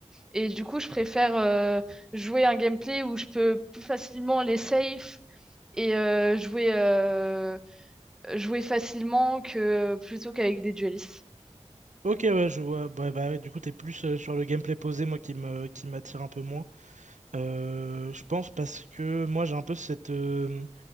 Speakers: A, in the centre; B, on the right (about 85°).
A: Et du coup, je préfère euh, jouer un gameplay où je peux plus facilement les safe et euh, jouer, euh, jouer facilement que plutôt qu'avec des duellistes.
B: Ok, ouais, je vois. Bah, bah, ouais, du coup, t'es plus euh, sur le gameplay posé, moi, qui me, qui m'attire un peu moins. Euh, je pense parce que moi, j'ai un peu cette, euh,